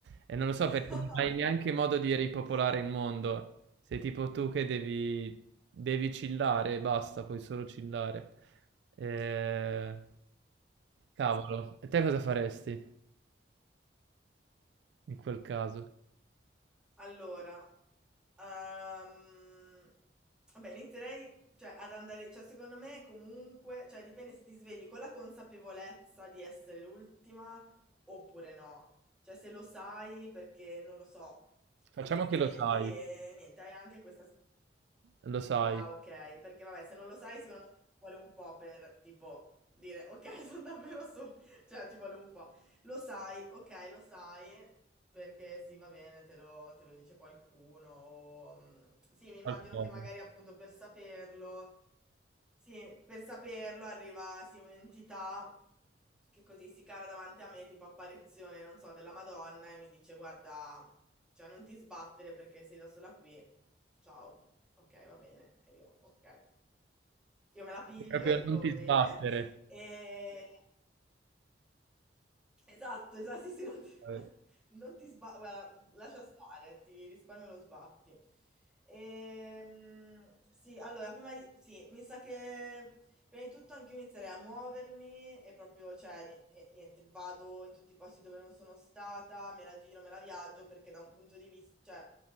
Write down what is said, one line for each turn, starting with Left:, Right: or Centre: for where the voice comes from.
Right: e non lo so
Centre: <laughs>
Right: perché non hai neanche modo di ripopolare il mondo. Sei tipo tu che devi, devi chillare e basta, puoi solo chillare. Eh,
Centre: Sì.
Right: Cavolo, e te cosa faresti in quel caso?
Centre: Allora, ehm, vabbè, inizierei, cioè, ad andare, cioè, secondo me comunque, cioè, dipende se ti svegli con la consapevolezza di essere l'ultima oppure no. Cioè, se lo sai perché, non lo so,
Right: Facciamo
Centre: ti svegli
Right: che lo sai,
Centre: e niente, hai anche questa...
Right: lo sai
Centre: Ah, ok, perché vabbè, se non lo sai, secondo me ci vuole un po' per tipo dire ok, <laughs> sono davvero su, cioè ci vuole un po'. Lo sai, ok, lo sai, perché sì, va bene, te lo, te lo dice qualcuno. o, mm, Sì, mi immagino
Right: qualcosa.
Centre: che magari appunto per saperlo sì, per saperlo arriva sì, un'entità che così si cala davanti a me, tipo apparizione, non so, della Madonna e mi dice guarda, cioè non ti sbattere perché sei da sola qui. Ciao. Ok, va bene. E io, ok. Io me la piglio,
Right: Proprio
Centre: dico
Right: non ti
Centre: va
Right: sbattere.
Centre: bene. E Esatto, esa sì, sì, non ti, <laughs>
Right: Eh,
Centre: non ti sba- guarda, mh, lascia stare, ti risparmio lo sbatti. Ehm, sì, allora, prima di, sì, mi sa che prima di tutto anche io inizierei a muovermi e proprio, cioè, ni- e niente, vado in tutti i posti dove non sono stata, me la giro, me la viaggio, perché da un punto di vista, cioè,